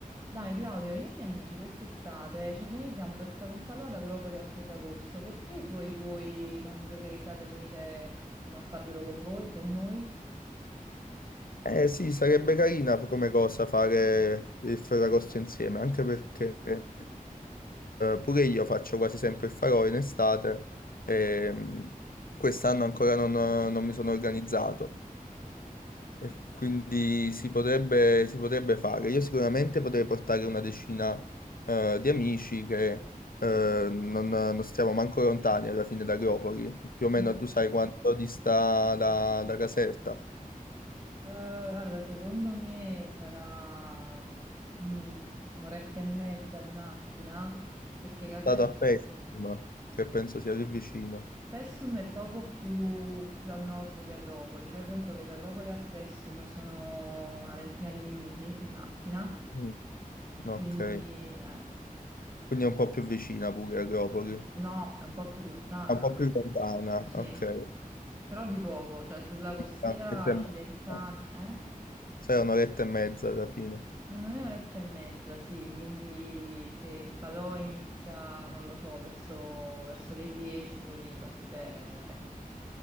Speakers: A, on the right; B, on the left.
A: Dai Claudio, io e i miei amici quest'estate ci organizziamo per fare un falò ad Agropoli a Ferragosto. Perché tu e i tuoi non vi organizzate e venite insomma a farvelo con voi, con noi?
B: Eh sì, sarebbe carina come cosa fare il Ferragosto insieme, anche perché eh, pure io faccio quasi sempre il farò in estate e mh, quest'anno ancora non, non mi sono organizzato e quindi si potrebbe, si potrebbe fare. Io sicuramente potrei portare una decina eh, di amici che eh, non, non stiamo manco lontani alla fine da Agropoli, più o meno
A: Mm.
B: tu
A: Eh,
B: sai quanto dista da da Caserta.
A: guarda, secondo me sarà mm, un'oretta e mezza di macchina, perché Caser-
B: stato a Pessima, che penso sia lì vicino.
A: Pessum è poco più, più a nord di Agropoli. Fai conto che da Agropoli a Pessum sono una ventina di minuti di macchina,
B: Mm. Ok,
A: quindi... eh.
B: quindi è un po' più vicina pure Agropoli.
A: No, è un po' più lontana,
B: È Un po' più lontana,
A: sì,
B: ok.
A: però di poco, cioè sulla costiera
B: È un'oretta e mezza.
A: cilentana, eh?
B: Sì, è un'oretta e mezza alla fine.
A: Secondo me un'oretta e mezza, sì, quindi se il falò inizia, non lo so, verso, verso le 10, poi partite